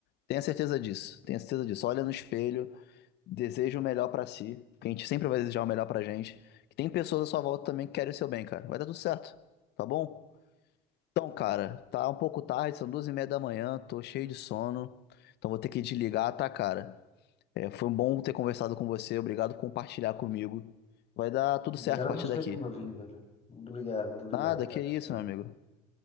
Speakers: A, on the left (about 55°); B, on the left (about 30°).
A: Tenha certeza disso, tenha certeza disso. Olha no espelho Deseja o melhor pra si, que a gente sempre vai desejar o melhor pra gente. Que tem pessoas à sua volta também que querem o seu bem, cara. Vai dar tudo certo, tá bom? Então, cara, tá um pouco tarde, são duas e meia da manhã, tô cheio de sono, então vou ter que desligar, tá, cara? É, foi um bom ter conversado com você, obrigado por compartilhar comigo. Vai dar tudo certo
B: Obrigado
A: a partir
B: a você
A: daqui.
B: por me ouvir, velho. Muito obrigado, muito obrigado.
A: Nada, que
B: Tá precisando.
A: isso, meu amigo.